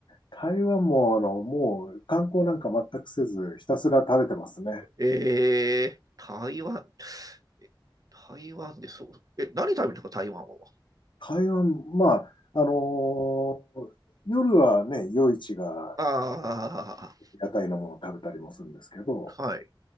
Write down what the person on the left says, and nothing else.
台湾もあの、もう観光なんか全くせずひたすら食べてますね。
台湾、まあ、あのー夜はね、夜市が
屋台のものを食べたりもするんですけど、